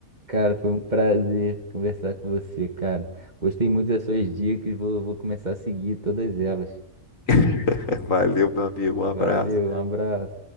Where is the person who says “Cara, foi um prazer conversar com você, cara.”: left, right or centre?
Right